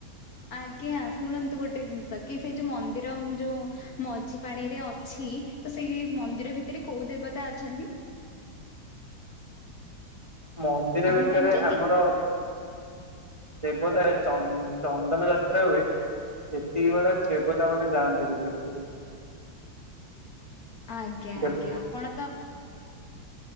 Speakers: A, on the left (about 50°); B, on the right (about 20°).
A: ଆଜ୍ଞା ଶୁଣନ୍ତୁ ଗୋଟେ ଜିନିଷ କି ସେଇ ଯୋଉ ମନ୍ଦିର ଯୋଉ ମଝି ପାଣିରେ ଅଛି ତ ସେଇ ମନ୍ଦିର ଭିତରେ କୋଉ ଦେବତା ଅଛନ୍ତି?
B: ମନ୍ଦିର
A: ଆପଣ
B: ଭିତରେ
A: ଜାଣିଛନ୍ତି?
B: ଆମର ଦେବତା ଚ ଚନ୍ଦନ ଯାତ୍ରା ହୁଏ। ସେତିକି ବେଳେ କେବତା ମାନେ ଯାଆନ୍ତି ଭିକରକୁ।
A: ଆଜ୍ଞା
B: ଦେବ
A: ଆଜ୍ଞା ଆପଣ ତ